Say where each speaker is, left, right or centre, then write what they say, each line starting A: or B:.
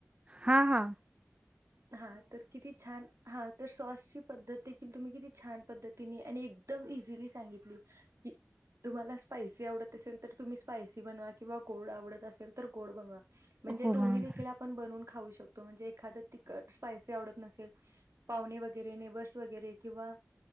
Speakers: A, on the right; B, on the right.
A: हा हा
B: हा तर किती छान हा तर सॉसची पद्धत देखील तुम्ही किती छान पद्धतीने आणि एकदम इझिली सांगितली की तुम्हाला स्पायसी आवडत असेल तर तुम्ही स्पायसी बनवा किंवा गोड आवडत असेल तर गोड बनवा म्हणजे
A: हो
B: दोन्ही
A: मॅम
B: देखील आपण बनून खाऊ शकतो म्हणजे एखाद स्पायसी आवडत नसेल पावणे वगैरे नेबस वगैरे किंवा